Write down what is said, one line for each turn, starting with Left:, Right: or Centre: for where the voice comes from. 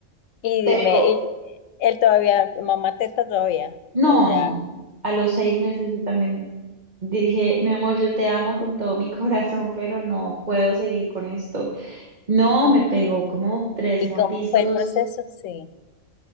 Left: Y dime,
Right: Pero
Left: ¿y él todavía, mamá teta todavía?
Right: no,
Left: ¿O ya?
Right: no, a los seis meses yo también dije, mi amor, yo te amo con todo mi <laughs> corazón, pero no puedo seguir con esto. No, me pegó como tres
Left: ¿Y
Right: mordiscos
Left: cómo fue el proceso? Sí.